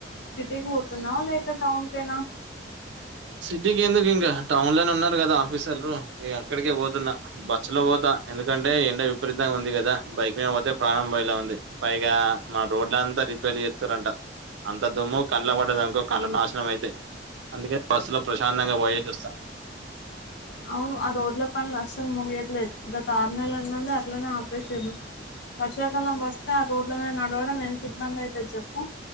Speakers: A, on the left; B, on the right.
A: సిటీకి పోతున్నా లేక టాౌన్ కెనా.
B: సిటీకి ఎందుకు ఇంకా టౌన్ లోనే ఉన్నారు కదా ఆఫీసలరు ఇ అక్కడికే పోతున్నా. బస్సు లో పోతా ఎందుకంటే ఎండ విపరీతంగా ఉంది కదా బైక్ మీద పోతే ప్రాణం బయలా ఉంది పైగా మా రోడ్లంతా రిపేర్ చేత్తురంట అంత దుమ్ము కళ్లో పడ్డదనుకో కళ్ళు నాశనం అయితాయి అందుకే బస్సులో ప్రశాంతంగా వైయేస్స్తాం.
A: అవును ఆ రోడ్ల పనులు అస్సలు ముగియర్లేదు గత ఆరు నెలందడి అట్లనే ఆపరేష వర్షాకాలం వస్తే ఆ రోడ్ల మీద నడవడం ఎంత ఇబ్బంది అయితది చెప్పు